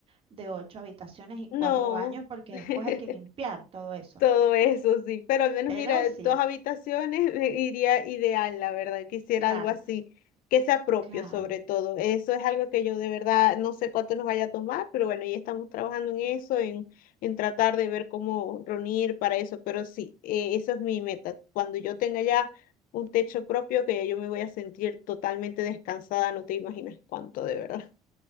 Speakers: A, on the right; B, on the left.
A: de ocho habitaciones y
B: no,
A: cuatro baños porque
B: <laughs>
A: después hay que limpiar todo eso.
B: todo eso sí, pero al menos
A: Pero
B: mira,
A: sí,
B: dos habitaciones me iría ideal, la verdad, quisiera
A: claro,
B: algo así, que sea propio
A: claro.
B: sobre todo, eso es algo que yo de verdad no sé cuánto nos vaya a tomar, pero bueno, ya estamos trabajando en eso, en, en tratar de ver cómo reunir para eso, pero sí, eh, eso es mi meta, cuando yo tenga ya un techo propio, que ya yo me voy a sentir totalmente descansada, no te imaginas cuánto, de verdad.